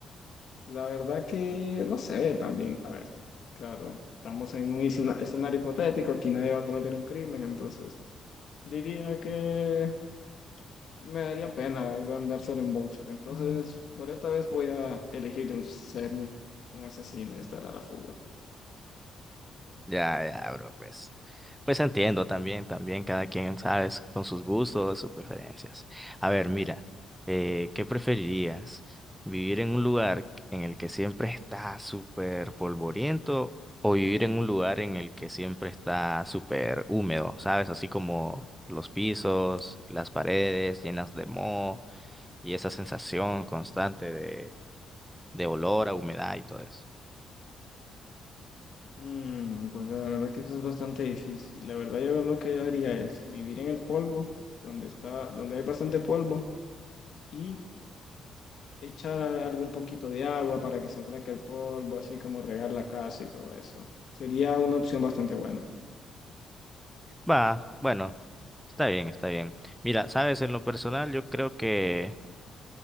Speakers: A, on the left; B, in the centre.
A: La verdad que no sé también. A ver, claro, estamos en un escena- escenario hipotético, aquí nadie va a cometer un crimen, entonces diría que me daría pena, la verdad, andar solo en boxer. Entonces, por esta vez voy a elegir un- ser un, un asesino y estar a la fuga.
B: Ya, ya, bro, pues. Pues entiendo también, también cada quien, ¿sabes? Con sus gustos, sus preferencias. A ver, mira, eh, ¿qué preferirías? ¿Vivir en un lugar en el que siempre está súper polvoriento o vivir en un lugar en el que siempre está súper húmedo, ¿sabes? Así como los pisos, las paredes llenas de moho y esa sensación constante de, de olor a humedad y todo eso.
A: Mm, pues la verdad que eso es bastante difícil. La verdad yo lo que haría es vivir en el polvo, donde está, donde hay bastante polvo, y echar algún poquito de agua para que se aplaque el polvo, así como regar la casa y todo eso. Sería una opción bastante buena.
B: Va, bueno, está bien, está bien. Mira, sabes, en lo personal yo creo que,